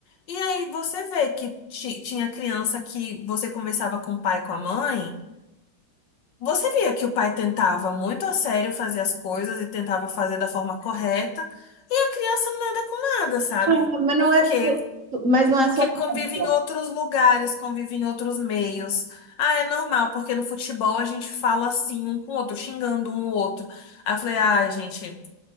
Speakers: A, on the left (about 65°); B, on the right (about 45°).
A: E aí você vê que ti- tinha criança que você conversava com o pai, e com a mãe, você via que o pai tentava muito a sério fazer as coisas e tentava fazer da forma correta, e a criança nada com nada, sabe?
B: Ah, Mas não
A: Por
B: é,
A: quê?
B: só isso, mas não é
A: Porque
B: só
A: convive
B: isso.
A: em outros lugares, convive em outros meios. Ah, é normal, porque no futebol a gente fala assim um com o outro, xingando um o outro. Aí eu falei, ah gente.